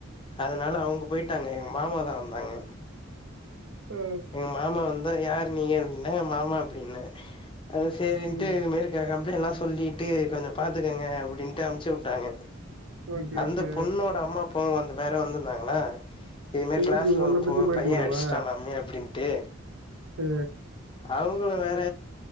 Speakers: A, on the left; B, on the right.
A: அதனால அவ்ங்க போயிட்டாங்க எங்க மாமாதா வந்தாங்க
B: அ
A: எங்க மாமா வந்தா யாரு நீங்க என்னங்க மாமா அப்டின்னே அது சேரின்ட்டு
B: ம்
A: இதுமேரி கேக்காம் தா எல்லா சொல்லீட்டு கொஞ்சோ பாத்துக்கங்க அப்டின்ட்டு அனுப்ச்சு உட்டாங்க
B: ஓகே
A: அந்த
B: ஓகே
A: பொண்ணோட அம்மா அப்பாவு வந்து வேற வந்துருந்தாங்ளா இது மாரி
B: எதுக்கு
A: கிளாஸ்ல
B: உன்ன
A: ஒரு பொ
B: பத்தி மாட்டி
A: பைய்ய
B: விடவா
A: அடிச்சிட்டா மேம்னு அப்டின்ட்டு
B: அ
A: அவங்களு வேற